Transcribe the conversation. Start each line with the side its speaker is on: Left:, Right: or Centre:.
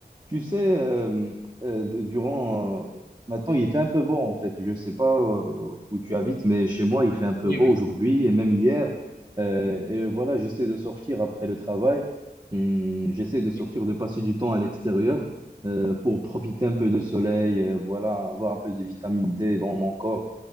Right: Tu sais, euh, euh, durant... euh, maintenant, il fait un peu beau, en fait. Je ne sais pas euh, où tu habites, mais chez moi, il fait un peu
Left: Oui,
Right: beau
Left: oui,
Right: aujourd'hui et même hier. Euh, et voilà, j'essaie de sortir après le travail. Hum, j'essaie de sortir,
Left: oui,
Right: de passer du temps à l'extérieur euh, pour profiter un peu de soleil, euh, voilà, avoir un peu de vitamine D dans mon corps.